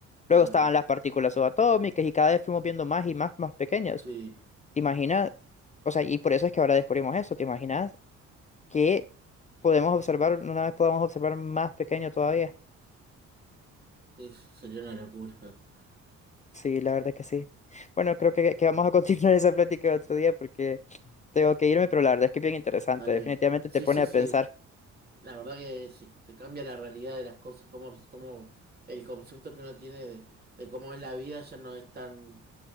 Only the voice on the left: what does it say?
Luego estaban las partículas subatómicas y cada vez fuimos viendo más y más, más pequeños.
¿Te imaginas? O sea, y por eso es que ahora descubrimos eso. ¿Te imaginas que podemos observar, una vez podamos observar más pequeño todavía?
Sí, la verdad que sí. Bueno, creo que, que vamos a continuar <laughs> esa plática otro día porque tengo que irme, pero la verdad es que es bien interesante.
Definitivamente
te pone
a
pensar.